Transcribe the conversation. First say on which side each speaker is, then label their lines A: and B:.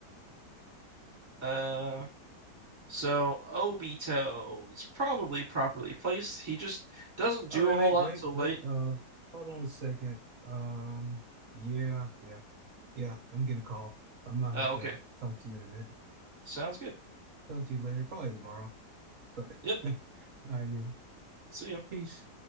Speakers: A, on the right (about 30°); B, on the right (about 60°).
A: Uh, so Obito is probably properly placed. He just doesn't do
B: Oh wait,
A: a whole lot
B: wait, wait,
A: until
B: wait.
A: late.
B: Uh, hold on a second. Um, yeah, yeah. Yeah, I'm gonna call. I'm gonna
A: Oh,
B: have to
A: okay.
B: talk to you in a minute.
A: Sounds good.
B: Talk to you later, probably tomorrow. But
A: Yep.
B: <laughs> all right, then.
A: See ya.
B: Peace.